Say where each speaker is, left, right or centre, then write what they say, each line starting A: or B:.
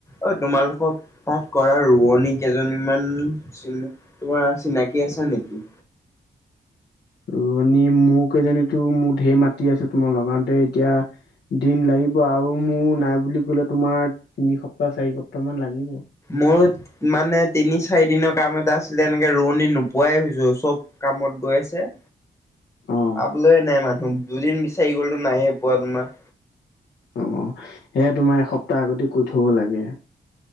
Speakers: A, on the left (about 15°); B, on the left (about 90°).
A: অ, তোমালোকক পাঠ কৰা ৰোৱনী কেইজনীমান চি তোমাৰ চিনাকি আছে নেকি?
B: ৰুৱনী মোক কেইজনীতো মোৰ ঢেৰ মাতি আছে তোমাৰ লগাওঁতে এতিয়া দিন লাগিব আৰু মোৰ নাই বুলি ক'লে তোমাৰ তিনি সপ্তাহ, চাৰি সপ্তাহ মান লাগিব।
A: মোত মানে তিনি, চাৰি দিনৰ কাম এটা আছিলে এনেকে ৰোৱনী নোপোৱাই হৈছো চব কামত গৈ আছে।
B: অ',
A: পাবলয়ে নাই মানুহ দুদিন বিচাৰি গ'লতো নাইয়ে পোৱা তোমাৰ।
B: অ, সেয়া তোমাৰ এসপ্তাহ আগতে কৈ থব লাগে।